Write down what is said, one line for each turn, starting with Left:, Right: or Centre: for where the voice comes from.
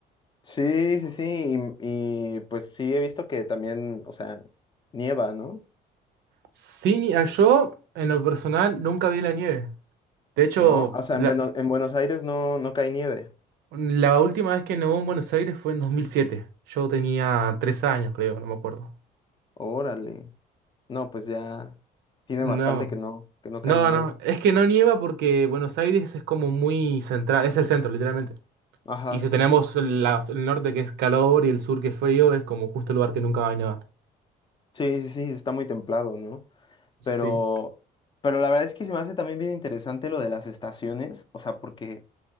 Left: Sí, sí, sí. Y, y, pues sí he visto que también, o sea, nieva, ¿no?
Right: Sí, yo, en lo personal, nunca vi la nieve. De hecho,
Left: ¿No? O sea,
Right: la,
Left: Ajá. en, Beno- en Buenos Aires no, no cae nieve.
Right: la última vez que nevó en Buenos Aires fue en dos mil siete Yo tenía tres años, creo, no me acuerdo.
Left: Órale. No, pues ya tiene
Right: No.
Left: bastante que no, que no cae
Right: No,
Left: nieve.
Right: no, es que no nieva porque Buenos Aires es como muy central, es el centro, literalmente.
Left: Ajá,
Right: Y si
Left: sí,
Right: tenemos
Left: sí.
Right: la- el norte que es calor y el sur que es frío, es como justo el lugar que nunca va a nevar.
Left: Sí, sí, sí, está muy templado, ¿no?
Right: Sí.
Left: Pero, pero la verdad es que se me hace también bien interesante lo de las estaciones. O sea, porque,